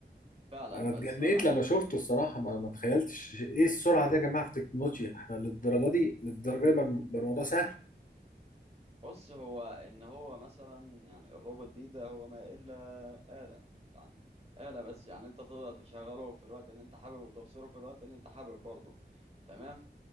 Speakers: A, on the right (about 35°); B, on the left (about 50°).
A: فعلا
B: أنا اتجنيت
A: بس انا
B: لما شفته الصراحة ما, ما تخيلتش إيه السرعة دي يا جماعة في التكنولوجيا إحنا للدرجة دي للدرجة دي بقى بقى الموضوع سهل
A: بص هو ان هو مثلا يعني الروبوت دي ده هو ما الا آلة يعني آلة بس يعني انت تقدر تشغله في الوقت اللي انت حابب وتبصره في الوقت اللي انت حابب برضه تمام